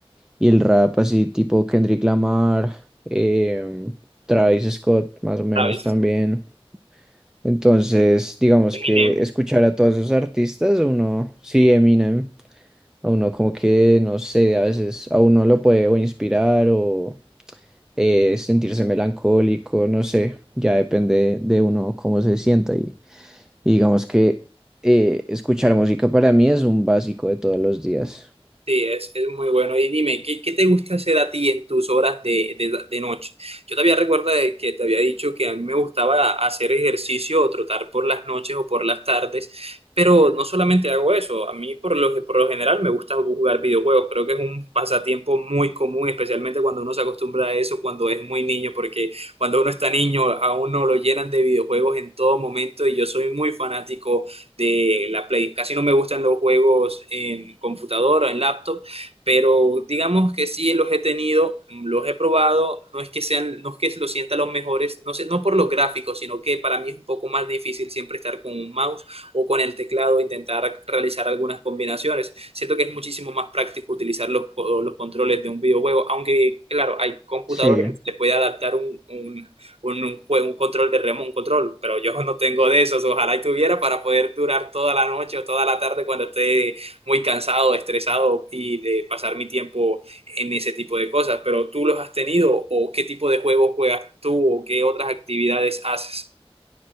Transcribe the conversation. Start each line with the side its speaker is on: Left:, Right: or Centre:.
Centre: y el rap así tipo Kendrick Lamar, em, Travis Scott
Right: <laughs>
Centre: más o menos
Right: Travis
Centre: también. Entonces, digamos
Right: Eminem.
Centre: que escuchar a todos esos artistas, uno, sí, Eminem, a uno como que, no sé, a veces a uno lo puede o inspirar o eh, sentirse melancólico, no sé, ya depende de uno cómo se sienta y, y digamos que eh, escuchar música para mí es un básico de todos los días.
Right: Sí, es, es muy bueno. Y dime, ¿qué, qué te gusta hacer a ti en tus horas de, de, de noche? Yo todavía recuerdo de que te había dicho que a mí me gustaba hacer ejercicio o trotar por las noches o por las tardes, pero no solamente hago eso, a mí por lo, por lo general me gusta jugar videojuegos. Creo que es un pasatiempo muy común, especialmente cuando uno se acostumbra a eso, cuando es muy niño, porque cuando uno está niño a uno lo llenan de videojuegos en todo momento y yo soy muy fanático de la Play. Casi no me gustan los juegos en computadora, en laptop, pero digamos que sí los he tenido, los he probado, no es que sean, no es que los sienta los mejores, no sé, no por los gráficos, sino que para mí es un poco más difícil siempre estar con un mouse o con el teclado, e intentar realizar algunas combinaciones. Siento que es muchísimo más práctico utilizar los, los controles de un videojuego, aunque claro, hay computadores
Centre: Sí,
Right: que se les puede adaptar un, un un, un, jue- un control de remo, un control, pero yo no tengo de esos, ojalá y tuviera para poder durar toda la noche o toda la tarde cuando esté muy cansado, estresado y de pasar mi tiempo en ese tipo de cosas, pero ¿tú los has tenido o qué tipo de juegos juegas tú o qué otras actividades haces?